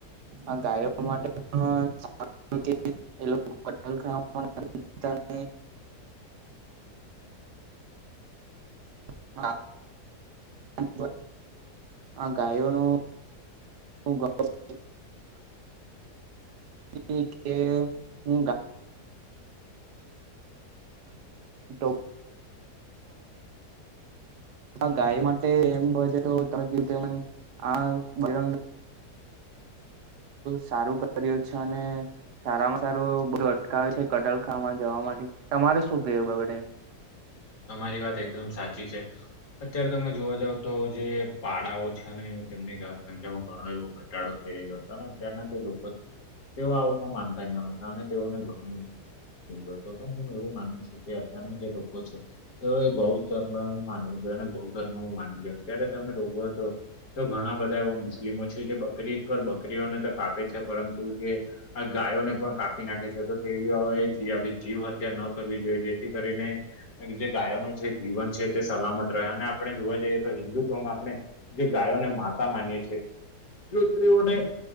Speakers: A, on the right; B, on the left.
A: <unintelligible> તને. <unintelligible> ગાયોનું <unintelligible> <unintelligible> વિચાર કે હુ <unintelligible>
B: <inaudible>
A: ગાય માટે એમ બય છે તો તમે કું આ. <unintelligible> સારું કર્યું છે અને સારામાં સારું બધું અટકાવે છે કટલખામાં જવા માટે. તમારે શું કેવુ બાબતે?
B: તમારી વાત એકદમ સાચી છે. અત્યારે તમે જોવા જાવ તો જે પાડાઓ છે ને તેમની ઘર સંખ્યામાં ઘણો એવો કર ઘટાડો થઈ રહ્યો હતો ને અત્યારના જે લોકો તેઓ આવુંમાં માનતા જ ન હતા અને તેઓને ઘણું તો તો હું એવું માનું છું કે અત્યારના જે લોકો છે. તો ગૌચર્મ માનવું જોઈએ અને ગૌ ધર્મું માનવું જોઈએ અત્યારે તમે જોવો તો તો ઘણા બધા એવા મુસ્લિમો છે જે બકરીદ કર બકરીઓને તો કાપે છે પરંતુ જે આ ગાયોને પણ કાપી નાખે છે. તો તે જીવ હત્યા ન કરવી જોઈએ. કરીને કા કી ગાયનો છે જીવન છે તે સલામત રહે અને આપણે જોવા જઈએ તો હિન્દુત્વમાં આપણે જે ગાયોને માતા માનીએ છે. જો તેઓને